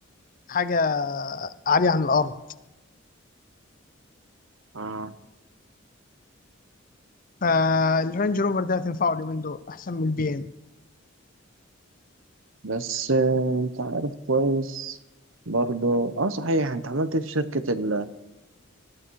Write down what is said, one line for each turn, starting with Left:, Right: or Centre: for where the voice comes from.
Left: حاجه عاليه عن الارض
Right: اه
Left: فالرينج روفر ده هتنفعه اليومين دول احسن من البي ام
Right: بس آه، انت عارف كويس برضو اه صحيح انت عملت إيه في شركة ال...